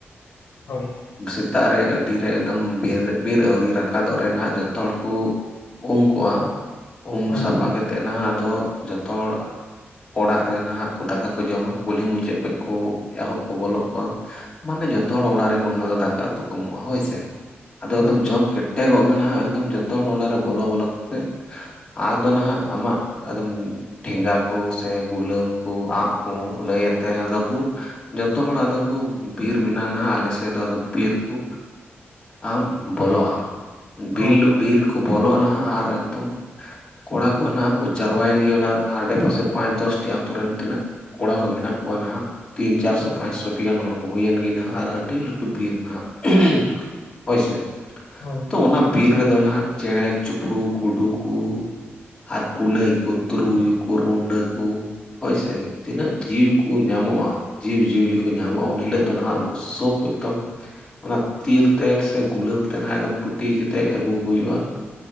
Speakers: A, on the left; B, on the left.
A: ᱦᱳᱭ ᱾
B: ᱥᱮᱛᱟᱜ ᱨᱮ ᱟᱹᱰᱤ ᱨᱮ ᱮᱠᱫᱚᱢ ᱵᱮᱨ ᱵᱤᱨ ᱟᱹᱣᱨᱤ ᱨᱟᱠᱟᱫᱚᱜ ᱨᱮ ᱱᱟᱦᱟᱜ ᱡᱚᱛᱚ ᱦᱚᱲ ᱠᱩ ᱩᱢ ᱠᱚᱜ-ᱟ, ᱩᱢ
A: ᱦᱳᱭ
B: ᱥᱟᱯᱷᱟ ᱠᱟᱛᱮᱫ ᱱᱟᱦᱟᱜ ᱟᱫᱚ ᱡᱷᱚᱛᱚ ᱦᱚᱲ ᱚᱲᱟᱜ ᱨᱮ ᱱᱟᱦᱟᱜ ᱠᱚ ᱫᱟᱠᱟ ᱠᱚ ᱡᱚᱢᱟ ᱠᱩᱞᱦᱤ ᱢᱩᱪᱟᱹᱫ ᱠᱷᱚᱡ ᱠᱚ ᱮᱦᱚᱵ ᱠᱚ ᱵᱚᱞᱚᱜ ᱠᱚ ᱢᱟᱱᱮ ᱡᱷᱚᱛᱚ ᱦᱚᱲ ᱚᱲᱟᱜ ᱨᱮᱜᱮ ᱩᱱ ᱦᱤᱞᱳᱜ ᱫᱚ ᱫᱟᱠᱟ ᱩᱛᱩ ᱠᱚ ᱮᱢᱚᱜ-ᱟ ᱦᱳᱭ ᱥᱮ ᱾ ᱟᱫᱚ
A: ᱦᱳᱭ
B: ᱮᱠᱫᱚᱢ
A: ᱦᱳᱭ
B: ᱡᱚᱢ ᱠᱮᱴᱮᱜᱚᱜ ᱱᱟᱦᱟᱜ ᱮᱠᱫᱚᱢ ᱡᱚᱛᱚ ᱦᱚᱲ ᱚᱲᱟᱜ ᱨᱮ ᱵᱚᱞᱚ ᱵᱚᱞᱚ ᱠᱟᱛᱮᱫ ᱟᱛ ᱫᱚ ᱱᱟᱦᱟᱜ ᱟᱢᱟᱜ ᱟᱫᱚᱢ ᱴᱷᱮᱸᱜᱟ ᱠᱚ ᱥᱮ ᱜᱩᱞᱟᱹᱢ ᱠᱚ ᱟᱸᱜ ᱠᱚᱸ ᱞᱟᱹᱭ ᱟᱛᱮᱫ ᱟᱫᱚ ᱠᱩ ᱡᱚᱛᱚ ᱦᱚᱲ ᱟᱫᱚ ᱠᱚ ᱵᱤᱨ ᱢᱮᱱᱟᱜᱼᱟ ᱟᱞᱮ ᱥᱮᱫ ᱫᱚ ᱟᱫᱚ ᱵᱤᱨ ᱠᱚ ᱟᱢ ᱵᱚᱞᱚᱜᱼᱟ ᱵᱤᱞ
A: ᱦᱳᱭ ᱦᱳᱭ
B: ᱵᱤᱨ ᱠᱚ ᱵᱚᱞᱚᱜᱼᱟ ᱱᱟᱦᱟᱜ ᱟᱨ ᱮᱠᱫᱚᱢ ᱠᱚᱲᱟ ᱠᱚ ᱱᱟᱦᱟᱜ ᱠᱚ ᱪᱟᱨᱣᱟᱱᱤᱭᱟᱹ ᱱᱟᱜ ᱟᱰᱮ ᱯᱟᱥᱮ ᱯᱟᱸᱪ ᱫᱚᱥᱴᱤ ᱟᱛᱳ ᱨᱮᱱ ᱛᱤᱱᱟᱹᱜ ᱠᱚᱲᱟ ᱠᱚ ᱢᱮᱱᱟᱜ ᱠᱚᱣᱟ ᱱᱟᱦᱟᱜ ᱾ ᱛᱤᱱ ᱪᱟᱨᱥᱚ
A: ᱦᱳᱭ
B: ᱯᱟᱸᱪᱥᱚᱴᱤ ᱜᱟᱱ ᱦᱚᱲ ᱠᱚ ᱦᱩᱭᱮᱱ ᱜᱮ ᱱᱟᱦᱟᱜ ᱟᱨ ᱟᱹᱰᱤ ᱞᱟᱹᱴᱩ ᱵᱤᱨ ᱱᱟᱦᱟᱜ <unintelligible> ᱦᱳᱭ ᱥᱮ,
A: ᱦᱳᱭ
B: ᱛᱳ ᱚᱱᱟ ᱵᱤᱨ ᱨᱮᱫᱚ ᱱᱟᱦᱟᱜ ᱪᱮᱬᱮ, ᱪᱩᱯᱲᱩ, ᱜᱩᱰᱩ ᱠᱩ ᱟᱨ ᱠᱩᱞᱟᱹᱭ ᱠᱚ ᱛᱩᱨᱩᱭᱩ ᱠᱚ ᱨᱩᱰᱟᱹ ᱠᱚ ᱦᱳᱭᱥᱮ ᱛᱤᱱᱟᱹᱜ ᱡᱤᱣᱤ ᱠᱚ ᱠᱚ ᱧᱟᱢᱚᱜᱼᱟ ᱡᱤᱵᱽᱼᱡᱤᱭᱟᱹᱞᱤ ᱠᱚ ᱧᱟᱢᱚᱜᱼᱟ ᱩᱱ ᱦᱤᱞᱳᱜ ᱫᱚ ᱱᱟᱦᱟᱜ ᱩᱱᱠᱩ ᱥᱳᱵ ᱮᱠᱫᱚᱢ ᱚᱱᱟ ᱛᱤᱨ ᱛᱮ ᱥᱮ ᱜᱩᱞᱟᱹᱢ ᱛᱮ ᱱᱟᱜ ᱮᱠᱫᱚᱢ ᱴᱩᱴᱤ ᱠᱟᱛᱮᱫ ᱟᱹᱜᱩ ᱠᱚ ᱦᱩᱭᱩᱜᱼᱟ ᱾